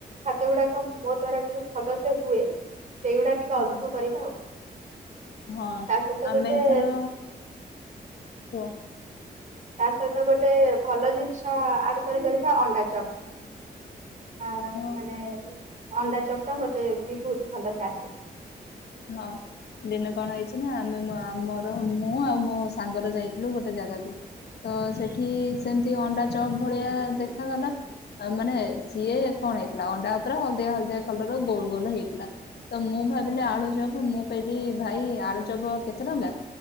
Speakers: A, on the right (about 45°); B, on the left (about 75°).
A: ଖାଦ୍ୟ ଗୁଡାକ ମୋ ଦ୍ଵାରା ଟିକେ ଭଲସେ ହୁଏ ସେଇଗୁଡା ଟିକେ ଅଧିକ
B: ହଁ
A: କରିବା ଆଉ
B: ହଁ
A: ତା ସହିତ
B: ଆମେ
A: ଗୋଟେ
B: ଏଥର କୁହ?
A: ତା ସହିତ ଗୋଟେ ଭଲ ଜିନିଷ ଆଡ୍ କରି ପାରିବା ଅଣ୍ଡା ଚପ୍। ଆ ମାନେ
B: ହଁ
A: ଅଣ୍ଡା ଚପ୍ ଟା ମତେ ବି ବହୁତ୍ ଭଲସେ ଆସେ।
B: ହଁ। ଦିନ କଣ ହେଇଛି ନା ଆମେ ମ-ଆମର ମୁଁ ଆଉ ମୋ ସାଙ୍ଗର ଯାଇଥିଲୁ ଗୋଟେ ଜାଗାକୁ ତ ସେଠି ସେମିତି ଅଣ୍ଡା ଚପ୍ ଭଳିଆ ଦେଖାଗଲା ମାନେ ସିଏ କଣ ହେଇଥିଲା ଅଣ୍ଡା ଉପରେ ହଳଦିଆ ହଳଦିଆ କଲର୍ ଗୋଲ ଗୋଲ ହେଇଥିଲା ତ ମୁଁ ଭାବିଲି ଆଳୁଚପ୍ ମୁଁ କହିଲି ଭାଇ ଆଳୁଚପ୍ କେତେ ଟଙ୍କା?